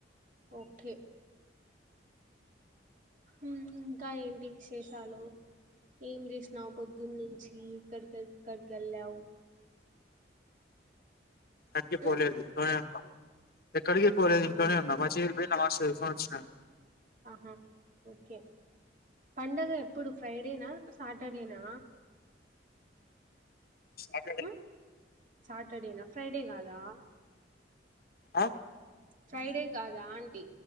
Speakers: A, on the right; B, on the left.
A: ఓకే మ్మ్ ఇంకా ఏంటి విశేషాలు ఏం చేసినావు పొద్దున్న నుంచి ఎక్కడికి ఎక్కడికి కెళ్ళావు
B: అక్కడికి పోలేదు
A: ఉమ్
B: ఇంట్లోనే ఉన్నా ఎక్కడికి పోలేదు ఇంట్లోనే
A: అవునా
B: ఉన్నామ <unintelligible> వచ్చిన
A: ఆహా ఓకే పండగ ఎప్పుడు ఫ్రైడేనా సాటర్డేనా
B: అక్కడే
A: ఉమ్ సాటర్డేనా ఫ్రైడే కాదా
B: ఆ
A: ఫ్రైడే కాదా ఆంటీ